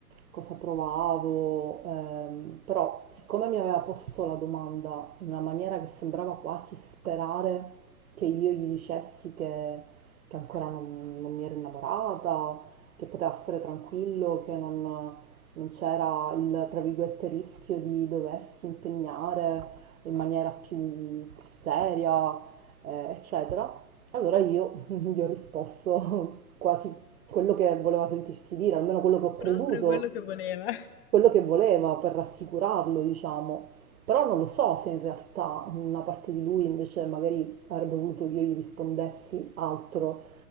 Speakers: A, on the right; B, on the left.
A: cosa provavo, ehm, però siccome mi aveva posto la domanda in una maniera che sembrava quasi sperare che io gli dicessi che, che ancora non, non mi ero innamorata, che poteva stare tranquillo, che non non c'era il, tra virgolette, rischio di doversi impegnare in maniera più, più seria, eh, eccetera. Allora io <laughs> gli ho risposto quasi quello che voleva sentirsi dire, almeno quello che ho creduto,
B: Proprio quello che voleva.
A: quello che voleva per rassicurarlo, diciamo. Però non lo so se in realtà una parte di lui invece magari avrebbe voluto che io gli rispondessi altro.